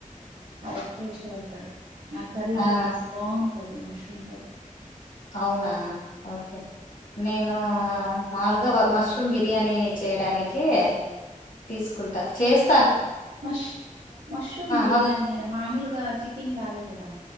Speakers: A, on the right; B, on the left.
A: అదేక్కువ ఇష్టపడతాడు. నాక్ కర్రీ
B: ఆ
A: లాగా చేస్తే బావున్. టాది మష్రూమ్ కర్రీ.
B: అవునా ఓకే నేను. మావుల్గా మష్రూమ్ బిర్యానీ చేయడానికి, తీసుకుంటా చేస్.
A: మష్ మష్రూమ్ బిర్యానీ
B: మస్
A: మామూలుగా చికెన్ లాగే కదా.